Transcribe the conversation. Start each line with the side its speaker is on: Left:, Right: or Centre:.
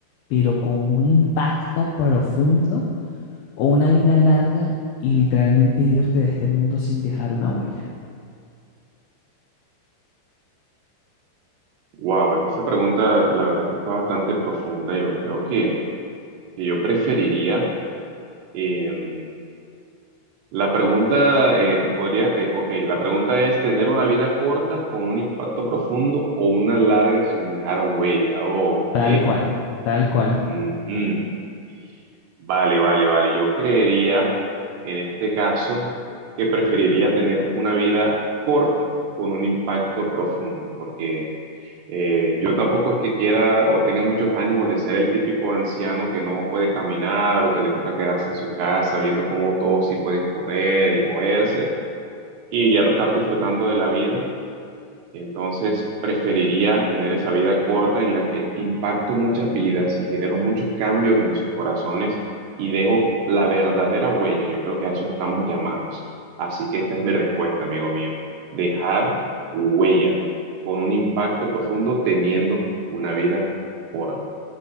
Left: pero con un impacto profundo, o una vida larga y literalmente irte de este mundo sin dejar una huella?
Right: Wow, esa pregunta la verdad que está bastante profunda. Yo creo que, que yo preferiría... em, La pregunta eh, podría, eh, ok, la pregunta es tener una vida corta con un impacto profundo o una larga sin dejar huella. Ok,
Left: Tal cual, tal cual.
Right: Mm, mm. Vale, vale, vale. Yo creería en este caso que preferiría tener una vida corta con un impacto profundo, porque eh, yo tampoco es que quiera o tenga muchos ánimos de ser el típico anciano que no puede caminar o que le toca quedarse en su casa viendo cómo todos sí pueden correr y moverse y ya no estar disfrutando de la vida. Entonces, preferiría tener esa vida corta en la que impacto muchas vidas y genero muchos cambios en sus corazones y dejo la verdadera huella. Yo creo que a eso estamos llamados. Así que esta es mi respuesta, amigo mío. Dejar huella con un impacto profundo teniendo una vida corta.